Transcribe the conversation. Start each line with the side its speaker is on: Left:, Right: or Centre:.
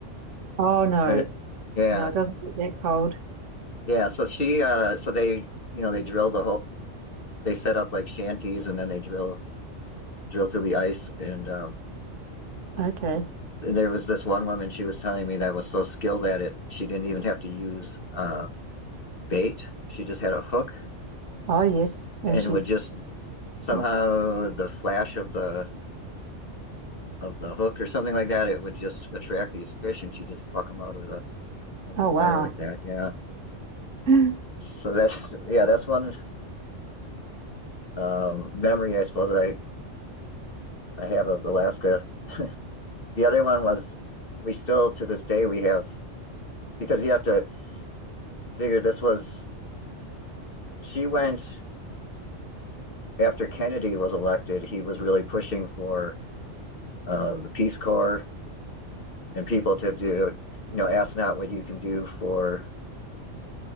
Right: Oh, no.
Left: <laughs> Yeah.
Right: No, it doesn't get that cold.
Left: Yeah, so she uh so they you know they drill the whole they set up like shanties and then they drill drill through the ice and um
Right: Okay.
Left: and there was this one woman she was telling me that was so skilled at it she didn't even have to use uh bait. She just had a hook
Right: Oh, yes. And
Left: and
Right: she,
Left: would just somehow
Right: yeah.
Left: the flash of the of the hook or something like that it would just attract these fish and she just pluck them out of the out of
Right: Oh,
Left: the water
Right: wow.
Left: like that. Yeah.
Right: <gasps>
Left: So that's yeah, that's one um memory I suppose that I I have of Alaska The other one was we still to this day we have because you have to figure this was she went after Kennedy was elected. He was really pushing for uh, the Peace Corps and people to do you know ask not what you can do for